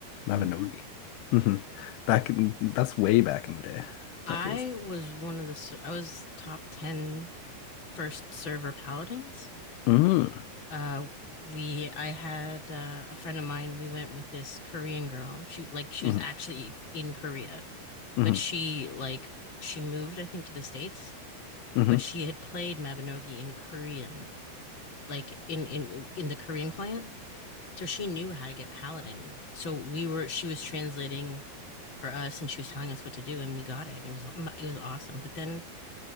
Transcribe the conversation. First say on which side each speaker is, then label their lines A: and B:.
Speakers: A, on the left (about 80°); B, on the left (about 30°).
A: Mabinogi.
B: Mm-hmm.
A: hmm Back in, that's way back in the day.
B: I
A: That feels.
B: was one of the I was top 10 first server paladins.
A: Mm.
B: Uh we I had uh, a friend of mine we went with this Korean girl. She like she
A: hmm
B: was actually in Korea,
A: hmm
B: but she like she moved I think to the states
A: hmm
B: but she had played Mabinogi in Korean, like in in in the Korean client, so she knew how to get Paladin. So we were she was translating for us, and she was telling us what to do, and we got it. And it was um, it was awesome. But then